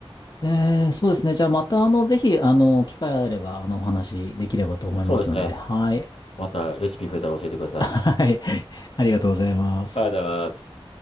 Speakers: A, on the left; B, on the left.
A: えー、そうですね。じゃあ、また、あの、ぜひ、あの、機会あれば、あの、お話できればと思いますんで。
B: そうですね。
A: はい。
B: またレシピ増えたら教えてください。
A: はい。
B: あ
A: <laughs> ありがとうございます。
B: りがとうございます。